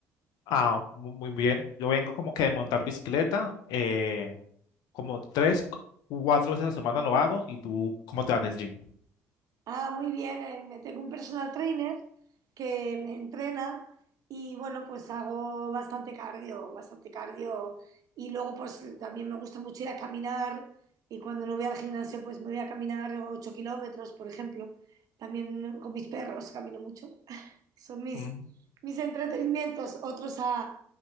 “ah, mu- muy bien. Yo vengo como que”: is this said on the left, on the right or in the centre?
Left